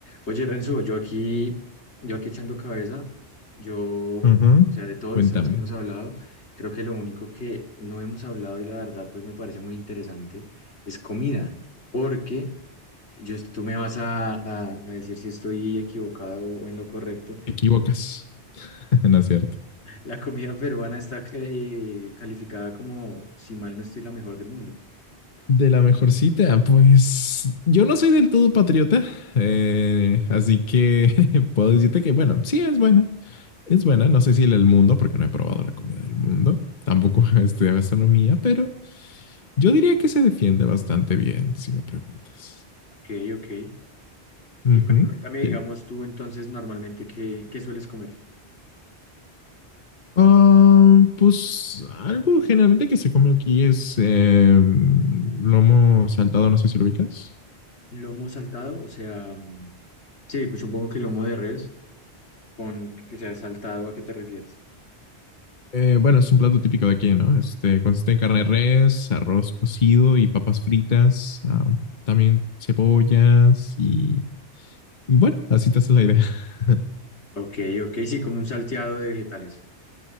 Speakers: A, on the left; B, on the left.
A: Oye, Renzo, yo aquí, yo aquí echando cabeza, yo, o
B: Ajá.
A: sea, de todos
B: Cuéntame,
A: los temas que hemos hablado, creo que lo único que no hemos hablado y la verdad, pues me parece muy interesante, es comida, porque yo, tú me vas a, a- a decir si estoy equivocado o en lo correcto.
B: ¿te equivocas? <laughs> No es cierto.
A: La comida peruana está eh, calificada como, si mal no estoy, la mejor del mundo.
B: De la mejor cita, pues yo no soy del todo patriota, eh, así que <laughs> puedo decirte que, bueno, sí es buena, es buena. No sé si el del mundo, porque no he probado la comida del mundo, tampoco <laughs> he gastronomía, pero yo diría que se defiende bastante bien, si me preguntas.
A: Ok, ok.
B: Ujú,
A: Y bueno, y cuéntame, digamos,
B: Bien.
A: tú entonces normalmente, ¿qué, qué sueles comer?
B: Ah, pues algo generalmente que se come aquí es eh, lomo saltado, no sé si lo ubicas.
A: Lomo saltado, o sea... Sí, pues supongo que lomo de res, con que sea saltado, ¿a qué te refieres?
B: Eh, bueno, es un plato típico de aquí, ¿no? Este consiste en carne de res, arroz cocido y papas fritas, ah, también cebollas y, y bueno, así te haces la idea. <laughs>
A: Ok, ok, sí, como un salteado de vegetales.